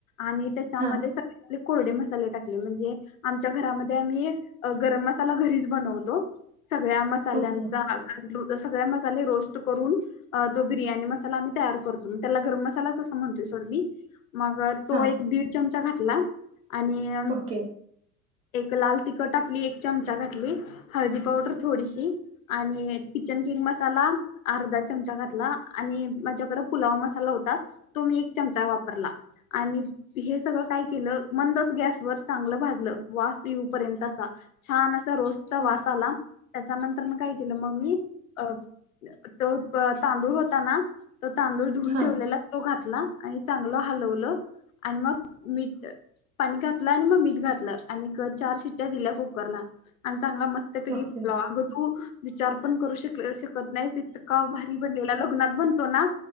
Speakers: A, on the left; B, on the right.
A: आणि त्याच्यामध्ये
B: हा
A: सग आपले कोरडे मसाले टाकले म्हणजे आमच्या घरामध्ये आम्ही गरम मसाला घरीच बनवतो सगळ्या म साल्यांचा
B: ओके.
A: घास घेऊन त सगळे मसाले रोस्ट करून तो बिर्याणी मसाला आम्ही तयार करतो त्याला गरम म सलाच म्हणतोय सोड मी मग तो
B: हां.
A: एक दीड चमचा घातला आणि
B: ओके.
A: एक लाल तिखट आपली एक चमचा घातली. हळदी पावडर थोडीशी आणि किचन किंग मसाला अर्धा चमचा घातला आणि माझ्याकड पुलाव मसाला होता तो मी एक चमचा वापरला. आणि हे सगळं काय केलं मंदच गॅसवर चांगलं भाजलं वास येऊपर्यंत असा छान असां रोस्ट चा वास
B: हां.
A: आला त्याच्यानंतर म काय केलं म मी अ तो तांदूळ होता ना तो तांदूळ धुवून
B: हां.
A: ठेवलेला तो घातला आणि चांगलं हलवलं आणि मग मीठ पाणी घातलं आणि म मीठ घातलं आणि क चार शिट्टया दिल्या कुकरला आणि चांगला मस्त पैकी
B: ओके.
A: ब्लग तू विचार पण करू श शकत नाहीस इतका भारी बनलेला लग्नात बनतो ना